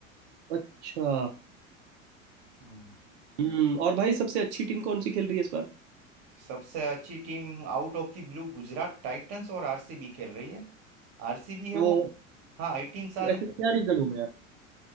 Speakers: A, on the right (about 55°); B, on the right (about 40°).
A: अच्छा
B: Hmm
A: हम्म और भाई सबसे अच्छी टीम कौन सी खेल रही है इस बार
B: सबसे अच्छी team out of the blue Gujarat titans और आरसीबी खेल रही है आरसीबी है
A: वो
B: वो हाँ एटीन साल
A: ऐसे
B: में
A: क्या रीजन हो गया